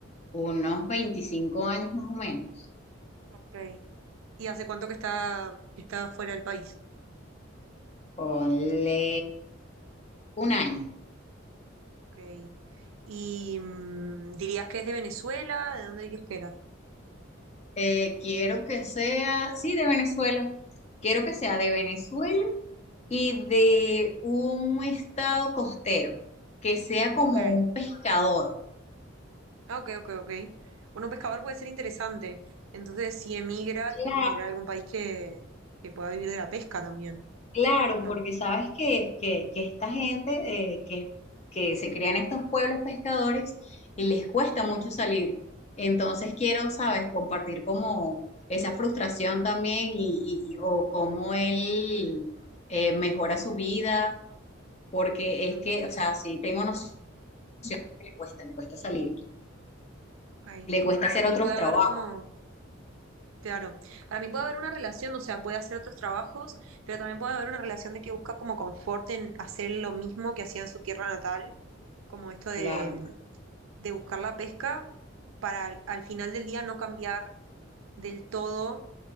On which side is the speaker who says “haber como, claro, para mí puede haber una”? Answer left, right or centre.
Right